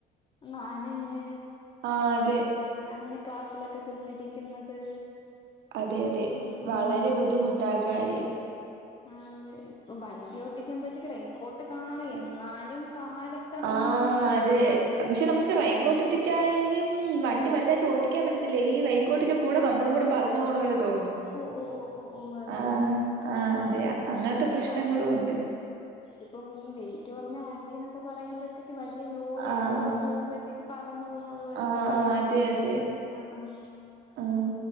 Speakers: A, on the left (about 30°); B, on the right (about 85°).
A: നനഞ്
B: ആഹ് അതെ
A: നനഞ്ഞു ക്ലാസ്സിലൊക്കെ ചെന്നിരിക്കുന്നത്
B: അതെ അതെ
A: ഉം
B: വളരെ
A: ഉം
B: ബുദ്ധിമുട്ടാ ആ കാര്യം
A: ആഹ് അതെ <unintelligible> വണ്ടി ഒട്ടിക്കുമ്പോഴത്തേക്ക് റെയിൻകോട്ട് കാണും എന്നാലും കാലൊക്കെ നനയില്ലേ
B: ആഹ് അതെ പക്ഷെ നമുക്ക് റെയിൻ കോട്ട് ഇട്ടിട്ടായാലും വണ്ടി വലുതായിട്ട് ഓട്ടിക്കാൻ പറ്റത്തില്ല ഈ റെയിൻ കോട്ട് കൂടെ നമ്മളും കൂടെ പറന്നു പോണേ പോലെ തോന്നും
A: ഓഹ് ഓഹ് ഓഹ് ഓഹ് ഓഹ് അതല്ലേ
B: ആഹ് ആഹ് അതെ അങ്ങനത്തെ
A: ആഹ് ഇപ്പ
B: പ്രശ്നങ്ങളും
A: വല്ല്യ
B: ഉണ്ട്
A: ഇപ്പം ഈ വെയിറ്റ് കുറഞ്ഞ വണ്ടിന്നൊക്കെ പറയുമ്പോഴത്തേ വലിയ ലോറി
B: ആഹ്
A: അടുത്തൂടെ പോകുമ്പോഴത്തേക്ക് പറന്നു പോണതുപോലെയൊക്കെ
B: ആഹ്
A: തോന്നും
B: അതെ അതെ
A: ആഹ് ആഹ്
B: ആഹ്